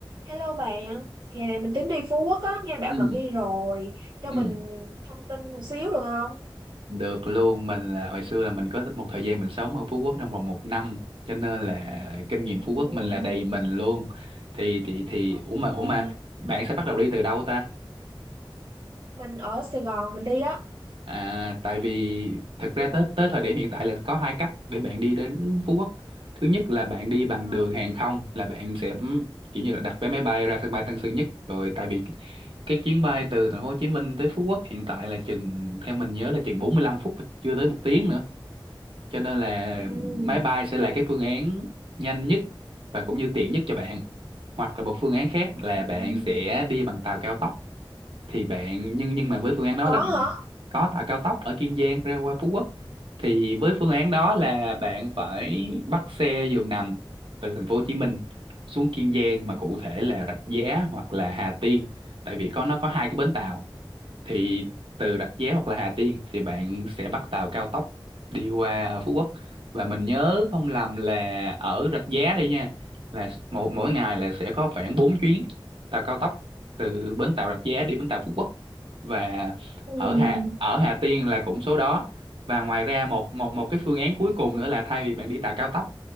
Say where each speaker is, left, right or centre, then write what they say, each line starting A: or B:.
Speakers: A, on the right; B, on the right.
A: Hello bạn, hè này mình tính đi Phú Quốc á, nghe bảo
B: ừ
A: bạn đi rồi, cho
B: ừ
A: mình thông tin một xíu được không?
B: được luôn mình là hồi xưa là mình có một thời gian mình sống ở Phú Quốc trong vòng một năm cho nên là kinh nghiệm
A: Ừm,
B: Phú Quốc mình là đầy mình luôn thì thì thì
A: ok.
B: ủa mà ủa mà bạn sẽ bắt đầu đi từ đâu ta
A: Mình ở Sài Gòn mình đi á,
B: à tại vì thực ra
A: thì
B: tới tới thời điểm hiện tại là có hai cách để bạn đi đến Phú Quốc thứ nhất là bạn đi bằng
A: ờ,
B: đường hàng không là bạn sẽ kiểu như là đặt vé máy bay ra sân bay Tân Sơn Nhất rồi tại vì cái, cái chuyến bay từ thành phố Hồ Chí Minh tới Phú Quốc hiện tại là chừng theo mình nhớ là chừng bốn mươi lăm phút chưa tới một tiếng nữa cho nên là
A: ừm,
B: máy bay sẽ là cái phương án nhanh nhất và cũng như tiện nhất cho bạn hoặc là một phương án khác là
A: ừm.
B: bạn sẽ đi bằng tàu cao tốc thì bạn nhưng nhưng mà với phương án đó
A: có
B: là bạn
A: hả?
B: có tàu cao tốc ở Kiên Giang ra qua Phú Quốc thì với phương án đó là bạn phải bắt xe giường nằm từ thành phố Hồ Chí Minh xuống Kiên Giang mà cụ thể là Rạch Giá hoặc là Hà Tiên tại vì có nó có hai cái bến tàu thì từ Rạch Giá hoặc là Hà Tiên thì bạn sẽ bắt tàu cao tốc đi qua Phú Quốc và mình nhớ không lầm là ở Rạch Giá đây nha là một mỗi ngày là sẽ có khoảng 4 chuyến tàu cao tốc từ bến tàu Rạch Giá đi bến tàu Phú Quốc và
A: Ừm,
B: ở Hà ở Hà Tiên là cũng số đó và ngoài ra một một một cái phương án cuối cùng nữa là thay vì bạn đi tàu cao tốc